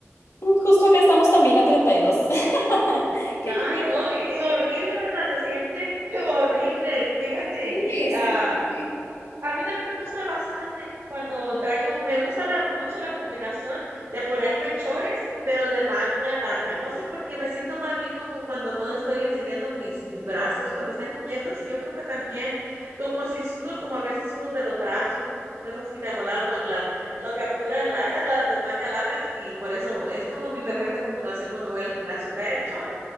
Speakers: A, on the left; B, on the right.
A: Justo acá estamos también a 32. <laughs> Qué
B: Ay,
A: curioso.
B: no, y- y horrible, ¿verdad? Se siente <laughs> horrible, fíjate.
A: Sí,
B: Y,
A: sí,
B: ah,
A: sí.
B: A mí también me gusta bastante cuando traigo, me gusta la, mucho la combinación de ponerme chores, pero de manga larga. No sé por qué me siento más bien como cuando no estoy enseñando mis, mis brazos, cuando están cubiertos. Y yo creo que también, como si sudo, como a veces sudo de los brazos, cosas así de volada, pues la, lo capturan la- <laughs> las del manga largas. Y por eso es como mi perfecta combinación cuando voy al gimnasio, traer chores,